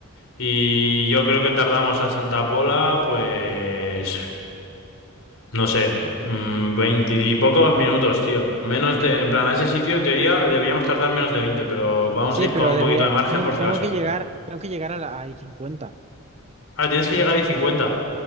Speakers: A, on the left; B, on the right.
A: Y yo creo que tardamos a Santa Pola, pues, no sé, mm, veinte y pocos minutos, tío. Menos de, en plan, a ese sitio en teoría deberíamos tardar menos de veinte, pero vamos
B: Sí,
A: a ir
B: pero
A: con un
B: debería,
A: poquito de margen
B: tengo,
A: por
B: tengo
A: si acaso.
B: que llegar, tengo que llegar a la a 50.
A: Ah, tienes que llegar ahí cincuenta